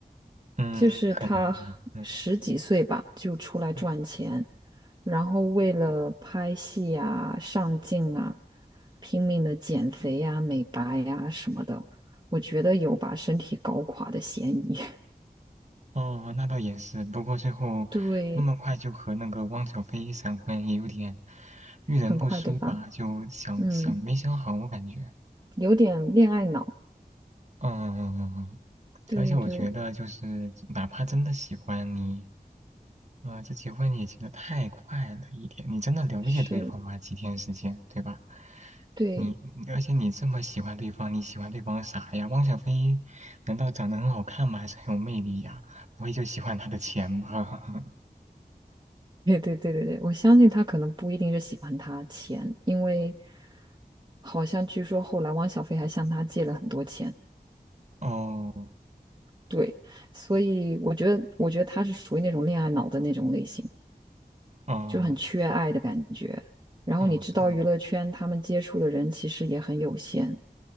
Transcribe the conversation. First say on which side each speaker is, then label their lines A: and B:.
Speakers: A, on the right (about 45°); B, on the right (about 30°).
A: 嗯，
B: 就是她十几岁吧就出来赚钱，
A: 可能吧，嗯。嗯
B: 然后为了拍戏啊、上镜啊，拼命的减肥呀、美白呀、什么的，我觉得有把身体搞垮的嫌疑。
A: 哦，那倒也是。不过最后那么快就和那个汪小菲闪婚，
B: <laughs> 对，
A: 也有点遇人不淑吧？
B: 很快，对吧？
A: 就想想没想好，
B: 嗯，
A: 我感觉。
B: 有点恋爱脑。
A: 嗯，
B: 对对对，
A: 而且我觉得就是，哪怕真的喜欢你，啊、这结婚也结的太快了一点。你真的了解对方吗？
B: 是，
A: 几天时间，对吧？
B: 对，
A: 你而且你这么喜欢对方，你喜欢对方啥呀？汪小菲难道长得很好看吗？还是很有魅力呀？不会就喜欢他的钱吧？
B: 对对对对对，我相信他可能不一定是喜欢他钱，因为好像据说后来汪小菲还向他借了很多钱，
A: <laughs> 哦
B: 对，所以我觉得，我觉得他是属于那种恋爱脑的那种类型，
A: 哦
B: 就很缺爱的感觉。然后你知道娱乐圈他们接触的人其实也很有限，
A: 哦，就